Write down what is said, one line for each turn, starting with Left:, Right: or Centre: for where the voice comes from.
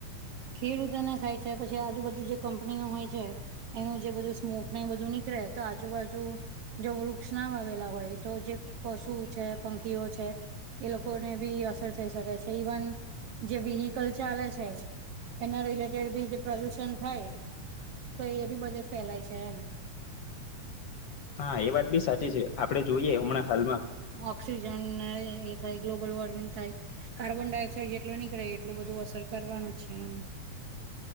Right: ખેડુતોને થાય છે પછી આજુ બજું જે કંપનીઓ હોય છે. એનું જે બધું સ્મોકને એ બધું નીકળે તો આજુબાજુ જો વૃક્ષ ના વાવેલા હોય તો જે પશુ છે પંખીઓ છે. એ લોકોને બી અસર થઈ શકે છે ઈવન જે વીહીકલ ચાલે છે. એના રિલેટેડ બી જે પ્રદુષણ થાય તો એ બી બધે ફેલાય છે એમ.
Left: હા એ વાત બી સાચી છે આપડે જોઈએ હમણાં હાલમાં
Right: ઓક્સિજનને એ થાય ગ્લોબલ વોર્મિંગ થાય. કાર્બન ડાયોક્સાઇડ જેટલો નીકળે એટલું બધું અસર કરવાનું છે એમ.